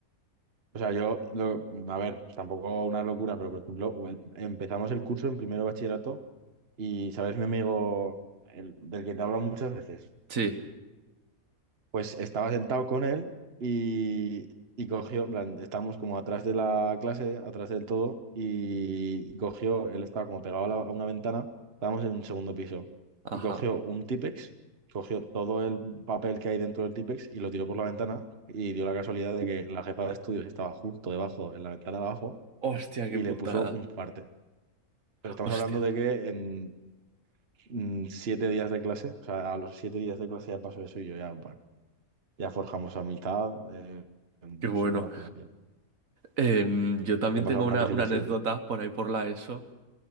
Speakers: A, on the right; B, on the right.
A: O sea, yo, lo- a ver, tampoco una locura, pero por ejemplo, el- empezamos el curso en primero de bachillerato y, ¿sabes? Mi amigo, el, del que te he hablado muchas veces.
B: Sí,
A: Pues estaba sentado con él y, y cogió, en plan, estábamos como atrás de la clase, atrás del todo, y, cogió, él estaba como pegado a, la- a una ventana, estábamos en un segundo piso,
B: ajá.
A: y cogió un Típex, cogió todo el papel que hay dentro del Típex y lo tiró por la ventana, y dio la casualidad de que la jefa de estudios estaba justo debajo, en la ventana de abajo,
B: Hostia,
A: y
B: qué putada.
A: le puso un parte. Pero estamos
B: Hostia,
A: hablando de que en mm, siete días de clase, o sea, a los siete días de clase ya pasó eso y yo ya, bueno, ya forjamos amistad. eh, es
B: qué bueno.
A: una locura, tío.
B: Em, yo también
A: ¿Te ha pasado
B: tengo
A: alguna
B: una,
A: cosita
B: una
A: así
B: anécdota
A: o te-
B: por ahí por la ESO,